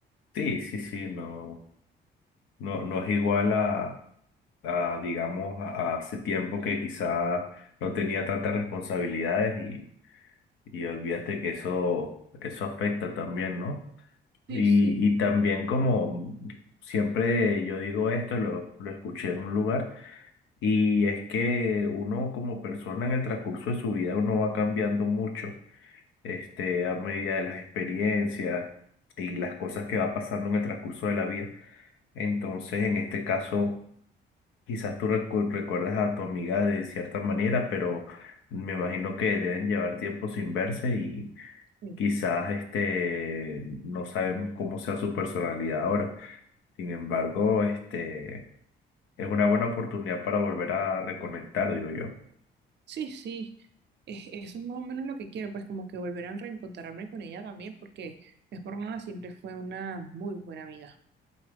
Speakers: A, on the left; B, on the right.
A: Sí, sí, sí, no, no, no es igual a, a digamos, a, a hace tiempo que quizá no tenía tantas responsabilidades Y olvídate que eso, eso afecta también, ¿no?
B: Sí,
A: Y,
B: sí,
A: y también como siempre yo digo esto, lo, lo escuché en un lugar, y es que uno como persona en el transcurso de su vida, uno va cambiando mucho, este, a medida de las experiencias y las cosas que va pasando en el transcurso de la vida. Entonces, en este caso, quizás tú recu- recuerdas a tu amiga de cierta manera, pero me imagino que deben llevar tiempo sin verse
B: sí,
A: Quizás este, no sabemos cómo sea su personalidad ahora. Sin embargo, este, es una buena oportunidad para volver a reconectar, digo yo.
B: sí, sí. Es- eso es más o menos lo que quiero, pues como que volver a reencontrarme con ella también, porque es por nada, siempre fue una muy buena amiga.